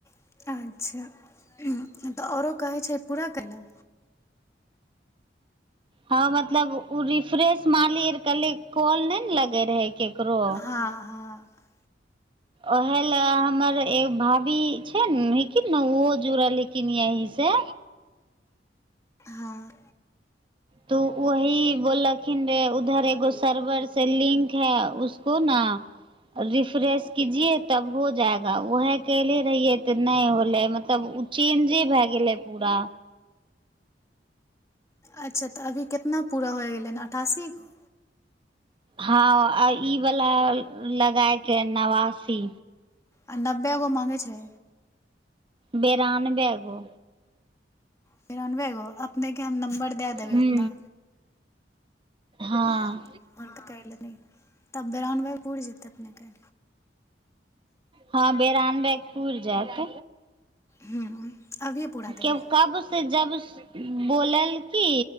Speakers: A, on the left (about 15°); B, on the right (about 30°).
A: तऽ अच्छा तऽ आओरो कहै छै पूरा कय ल
B: हँ मतलब ओ रिफ्रेश मालिय कहलै कल नहि ने लगे रहै केकरो
A: हँ हँ
B: उहे लए हमर एो भाभी छै ने हेकिन ने ओहो जुड़ल हेकिन यहीसँ
A: हँ
B: तो वही बोललखिन रे उधर एगो सर्वर से लिंक है उसको ने रिफ्रेश कीजिये तब हो जाएगा वहे कले रहिये तऽ नहि होले मतलब ओ चेंजे भए गेले पूरा
A: अच्छा तऽ अभी कतना पूरा होइ गेलै हन अठासी गो
B: हँ आ ई वला लगाायके ह नवासी
A: आ नब्बे गो माङगै छै
B: बेरनबैगो
A: तरानबे गो अपनेकेँ हम नम्बर दए देबै
B: हूँ
A: उतना
B: हँ
A: आ मुनक पलेद तब बे रानबेपुर जेतै अपनेके
B: हँ बेेर आन ब पुर जायत
A: हूँ अभिये पूरा देबै
B: क कब जब बोलल की